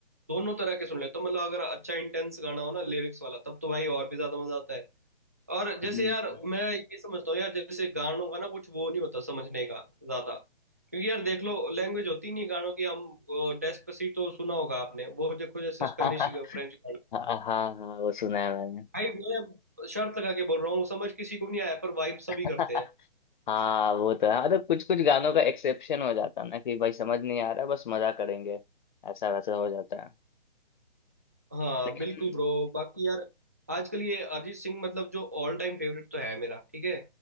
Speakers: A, on the right (about 15°); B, on the left (about 50°).
A: दोनों तरह के सुन लेता हूँ मतलब अगर अच्छा इंटेंस गाना हो ना लिरिक्स वाला तब तो भाई और भी ज्यादा मजा आता है और जैसे
B: हम्म
A: यार
B: हम्म।
A: मैं ये समझता हूँ यार जैसे गानों का ना कुछ वो नहीं होता समझने का ज्यादा क्योंकि यार देख लो लैंग्वेज होती नहीं गानों की हम डेस्पेसितो सुना होगा आपने वो देखो जैसे
B: <laughs>
A: स्पेनिश फ्रेंच गाना
B: हाँ हाँ हाँ वो सुना है मैंने
A: भाई मैं शर्त लगा के बोल रहा हूँ समझ किसी को भी नहीं आया पर वाइब सभी
B: <laughs>
A: करते हैं
B: हाँ वो तो है मतलब कुछ कुछ गानों का एक्सेप्शन हो जाता है ना कि भाई समझ नहीं आ रहा बस मजा करेंगे ऐसा वैसा हो जाता है
A: हाँ
B: लेकिन
A: बिल्कुल ब्रो बाकी यार आजकल ये अरिजीत सिंह मतलब जो ऑल टाइम फेवरेट तो है मेरा ठीक है